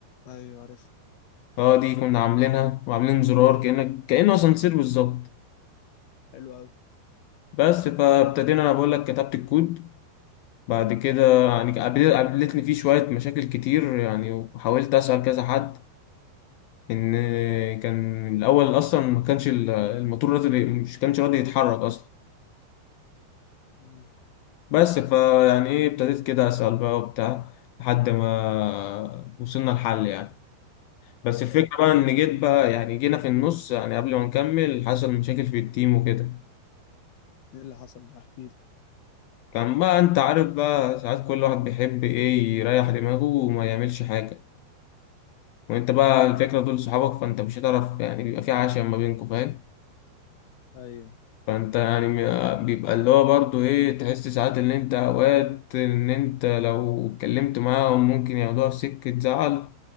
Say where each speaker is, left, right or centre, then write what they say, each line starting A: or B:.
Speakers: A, on the left; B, on the left.
A: ايوه عارفها
B: اه دي كنا عاملينها وعاملين زرار كأنك كأنه اسانسير بالظبط
A: حلو قوي
B: بس فابتدينا انا بقول لك كتبت الكود بعد كده يعني قابل- قابلتني فيه شوية مشاكل كتير يعني وحاولت أسأل كذا حد ان كان الاول اصلا ما كانش ال- الموتور راضي مش كانش راضي يتحرك اصلا
A: مم،
B: بس فيعني ايه ابتديت كده اسال بقى وبتاع لحد ما وصلنا لحل يعني بس الفكره
A: حلو
B: بقى ان جيت بقى يعني جينا في النص يعني قبل ما نكمل حصل مشاكل في التيم وكده
A: ايه اللي حصل ده احكي لي
B: كان بقى انت عارف بقى ساعات كل واحد بيحب ايه يريح دماغه وما يعملش حاجه وانت بقى الفكره دول صحابك فانت مش هتعرف يعني بيبقى في عشاء ما بينكم فاهم
A: ايوه
B: فانت يعني م- بيبقى اللي هو برضو ايه تحس ساعات اللي انت اوقات ان انت لو اتكلمت معاهم ممكن ياخدوها في سكة زعل